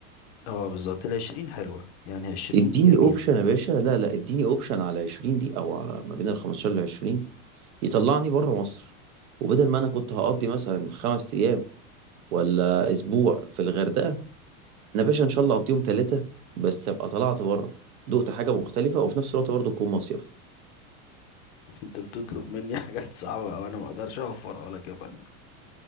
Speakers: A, on the left (about 50°); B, on the right (about 80°).
A: اه بالظبط العشرين حلوة يعني عشرين
B: اديني
A: دي جميلة
B: اوبشن يا باشا لا لا اديني اوبشن على 20 دي او على ما بين ال 15 لل 20 يطلعني بره مصر وبدل ما انا كنت هقضي مثلا خمس ايام ولا اسبوع في الغردقه انا باشا ان شاء الله اقضيهم ثلاثه بس ابقى طلعت بره دقت حاجه مختلفه وفي نفس الوقت برضه تكون مصيف
A: <laughs> انت بتطلب مني حاجات صعبة وانا ما اقدرش اوفرها لك يا فندم